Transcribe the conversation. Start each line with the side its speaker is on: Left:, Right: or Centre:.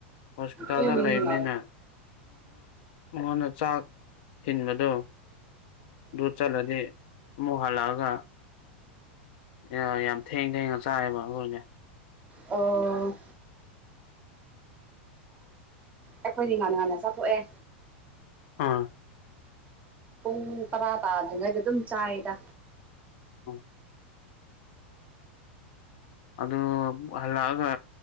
Left: ꯍꯣꯁꯄꯤꯇꯥꯜꯗ
Right: ꯎꯝ ꯎꯝ
Left: ꯂꯩꯕꯅꯤꯅ ꯃꯉꯣꯟꯗ ꯆꯥꯛ ꯊꯤꯟꯕꯗꯣ ꯑꯗꯨ ꯆꯠꯂꯗꯤ ꯑꯃꯨꯛ ꯍꯜꯂꯛꯑꯒ ꯑꯦ ꯌꯥꯝ ꯊꯦꯡ ꯊꯦꯡꯉ ꯆꯥꯏꯑꯦꯕ ꯑꯩꯈꯣꯏꯅꯦ
Right: ꯑ ꯑꯩꯈꯣꯏꯗꯤ ꯉꯥꯟꯅ ꯉꯥꯟꯟꯅ ꯆꯠꯊꯣꯛꯑꯦ
Left: ꯑꯥ
Right: ꯄꯨꯡ ꯇꯔꯥ ꯇꯥꯗ꯭ꯔꯤꯉꯩꯗ ꯑꯗꯨꯝ ꯆꯥꯏꯗ
Left: ꯑ ꯑꯗꯨꯗ ꯍꯜꯂꯛꯑꯒ